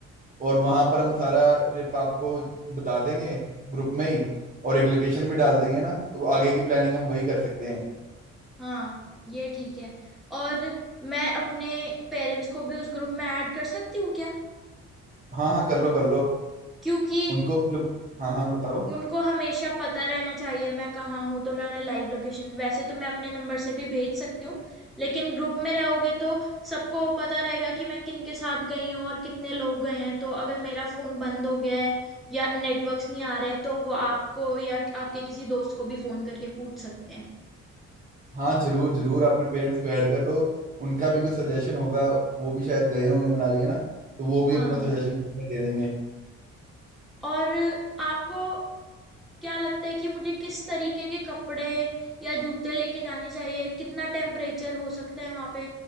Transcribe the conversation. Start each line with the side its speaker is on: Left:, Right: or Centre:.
Right: और वहां पर हम सारा ट्रिप आपको बता देंगे ग्रुप में ही और एक लोकेशन भी डाल देंगे ना तो आगे की प्लानिंग हम वही कर सकते हैं
Centre: हाँ ये ठीक है और मैं अपने पेरेंट्स को भी उस ग्रुप में ऐड कर सकती हूँ क्या
Right: हाँ हाँ कर लो कर लो
Centre: क्योंकि
Right: उनको भी लोग हाँ हाँ बताओ
Centre: उनको हमेशा पता रहना चाहिए मैं कहाँ हूँ तो मैं उन्हें लाइव लोकेशन वैसे तो मैं अपने नंबर से भी भेज सकती हूँ लेकिन ग्रुप में रहोगे तो सबको पता रहेगा कि मैं किन के साथ गई हूँ और कितने लोग गए हैं तो अगर मेरा फोन बंद हो गया है या नेटवर्क्स नहीं आ रहे हैं तो वो आपको या आपके किसी दोस्त को भी फोन करके पूछ सकते हैं
Right: हाँ जरूर जरूर अपने पेरेंट्स को ऐड कर लो उनका भी कोई सजेशन होगा वो भी शायद गए होंगे मनाली है ना तो वो भी
Centre: हाँ
Right: अपना सजेशन दे देंगे
Centre: और आपको क्या लगता है कि मुझे किस तरीके के कपड़े या जूते लेके जाने चाहिए कितना टेम्परेचर हो सकता है वहां पे